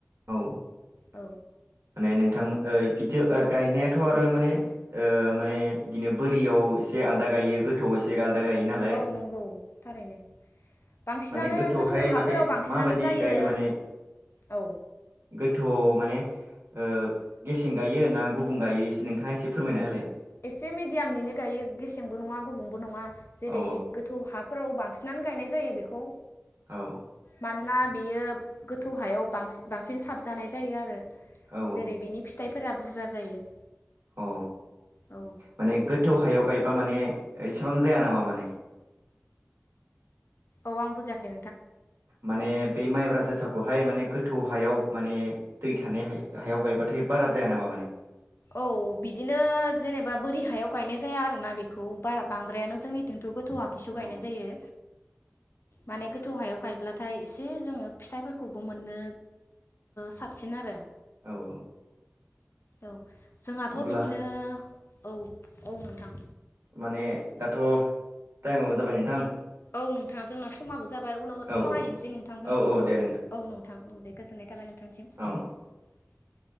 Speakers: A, on the right; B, on the left.
A: औ माने
B: औ
A: नोंथांमोन <unintelligible> गायनायाथ' आरो माने ओ माने इदिनो बोरियाव एसे आलदा गायो गोथौआव एसे आ <unintelligible> गायो नालाय।
B: औ नंगौ थारैनो। बांसिनानो
A: माने गोथौआवहाय
B: गोथौ हाफोराव
A: माने
B: बांसिनानो
A: माबायदि
B: जायो
A: गायो माने
B: औ
A: गोथौ माने ओ गेसें गायो ना गुबुं गायो एसे नोंथाङा एसे फोरमायना होलाय।
B: एसे मिडियामनिनो गायो गेसेंबो नङा गुबुंबो नङा जेरै
A: औ
B: गोथौ हाब फोराव बांसिनानो गायनाय जायो बेखौ।
A: औ।
B: मानोना बियो गोथौ हायाव बांसिन बांसिन साबजानाय जायो आरो।
A: औ
B: जेरै बिनि फिथाइ फोरा बुरजा जायो।
A: अ।
B: औ
A: माने गोथौ हायाव। गायबा माने इसेबां जाया नामा माने
B: औ आं बुजियाखै
A: माने बे माइब्रा जोसाखौहाय माने गोथौ हायाव माने दै थानाय हायाव गायबाथाय बारा जाया नामा माने
B: औ बिदिनो जेनेबा बोरि हायाव गायनाय जाया आरोोना बेखौ बारा बांद्रायानो जोंनिथिंथ' गो थौ आखिसु
A: औ
B: गायनाय जायो। माने गोथौ हायाव गायब्लाथाय एसे जोङो फिथाइफोरखौ खौबो मोनो। साबसिन आरो
A: औ औ
B: औ जोंहाथ'
A: अब्ला
B: बिदिनो औ औ नोंथां
A: माने दाथ' टाइमावो जाबाय नोंथां।
B: औ नोंथाङा जोंना समाबो जाबाय उनाव
A: औ
B: सावरायदिसै नोंथांजों
A: औ औ दे
B: औ नोंथां औ दे गोजोननाय थाबाय न <unintelligible>
A: औ